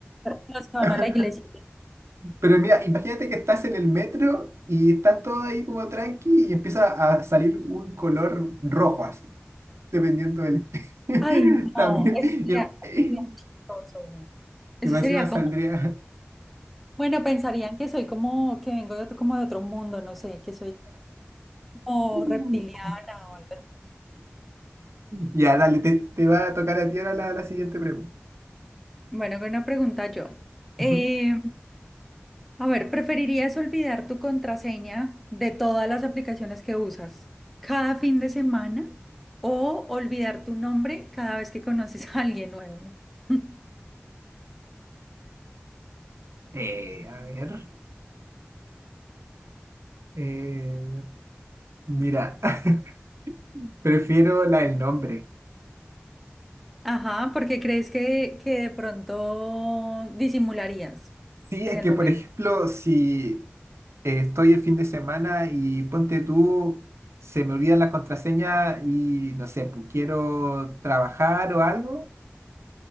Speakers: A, in the centre; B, on the right.
A: los que van
B: <laughs>
A: a la iglesia.
B: Pero mira, imagínate que estás en el metro y están todos ahí como tranqui y empieza a salir un color rojo así, dependiendo del... <laughs>
A: Ay, no,
B: También,
A: eso sería, eso
B: y,
A: sería chistoso. Eso
B: y más
A: sería
B: encima saldría...
A: como, bueno, pensarían que soy como, que vengo de otro, como de otro mundo, no sé, que soy o
B: <laughs>
A: reptiliana o algo así.
B: Ya, dale, te, te va a tocar a ti ahora la, la siguiente pregunta.
A: Bueno, una pregunta yo. Eh,
B: Ujú.
A: a ver, ¿preferirías olvidar tu contraseña de todas las aplicaciones que usas cada fin de semana o olvidar tu nombre cada vez que conoces a alguien nuevo? <laughs>
B: Eh, a ver, eh, mira, <laughs> prefiero la del nombre.
A: Ajá, porque crees que, que de pronto disimularías
B: Sí,
A: en
B: es
A: el
B: que
A: momento.
B: por ejemplo, si eh, estoy el fin de semana y ponte tú, se me olvida la contraseña y no sé, pues quiero trabajar o algo,